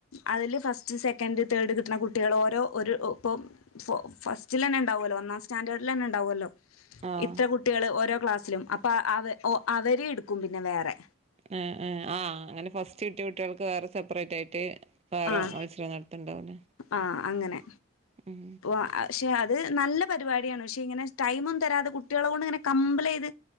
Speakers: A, on the left; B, on the right.
A: അതില് ഫസ്റ്റ് സെക്കൻഡ് തേർഡ് കിട്ട്ണ കുട്ടികളെ ഓരോ ഒരു ഇപ്പം ഫ ഫസ്റ്റിലന്നെ ഇണ്ടാവോല്ലോ ഒന്നാം സ്റ്റൻഡേർഡിലന്നെ ഇണ്ടാവോല്ലോ
B: ആഹ്
A: ഇത്ര കുട്ടികള് ഓരോ ക്ലാസ്സിലും അപ്പൊ അവ അവര് ഇട്ക്കും പിന്നെ വേറെ
B: ആഹ് ആഹ് അങ്ങനെ ഫസ്റ്റ് കിട്ടിയ കുട്ടിയാൾക്ക് വേറെ സെപ്പറേറ്റ് ആയിട്ട് വേറെ
A: ആ
B: മത്സരം നടത്ത്ണ്ണ്ടാവില്ലെ
A: ആഹ് അങ്ങനെ
B: ഉം
A: വക്ഷെ അത് നല്ല പരിപാടിയാണ് വക്ഷെ ഇങ്ങനെ ടൈമൊന്നും തരാതെ കുട്ടികളെ കൊണ്ട് ഇങ്ങനെ കമ്പല് യിത്